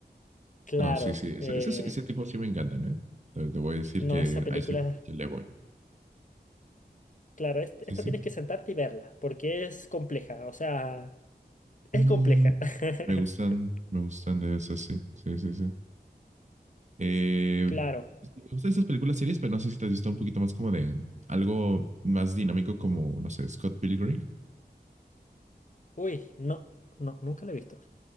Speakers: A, on the left (about 50°); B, on the right (about 45°).
A: claro.
B: No, sí, sí. Ese,
A: eh,
B: ese, ese tipo sí me encantan, ¿eh? Te, te voy a decir
A: no,
B: que
A: esa película,
B: a ese que le voy.
A: claro, est-
B: Sí,
A: esta
B: sí.
A: tienes que sentarte y verla, porque es compleja, o sea, es
B: Mm,
A: compleja.
B: me
A: <laughs>
B: gustan, me gustan de esas, sí. Sí, sí, sí. Eh,
A: Claro.
B: sí, me gustan esas películas series, pero no sé si te has visto un poquito más como de algo más dinámico como, no sé, Scott Pilgrim.
A: Uy, no, no, nunca la he visto.